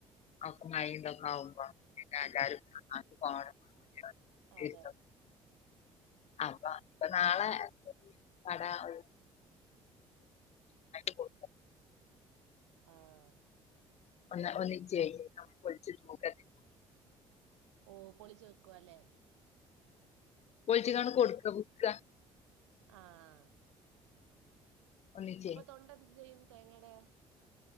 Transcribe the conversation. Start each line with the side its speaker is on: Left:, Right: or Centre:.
Left: അപ്പമഴയൊക്കെ ആവുമ്പോ പിന്നെ എല്ലാവരും അങ്ങട്ട് പോണം <unintelligible>
Right: അതെ
Left: അപ്പൊ ഇപ്പൊ നാളെ കടന്നായിട്ട് <inaudible> പിന്നെ
Right: ആഹ്
Left: ഒന്ന് ഒന്നിച്ച് നമുക്ക് പൊളിച്ച് തൂക്കാക്കി നോക്കെ
Right: ഓ പൊളിച്ച് വെക്കുവ അല്ലേ
Left: പോളിച്ച് കാണ്ട് കൊടുക്കുക വിക്ക
Right: ആഹ് ആഹ്
Left: ഒന്നിച്ചേ
Right: അപ്പൊ തൊണ്ട് എന്ത് ചെയ്യും തേങ്ങടെ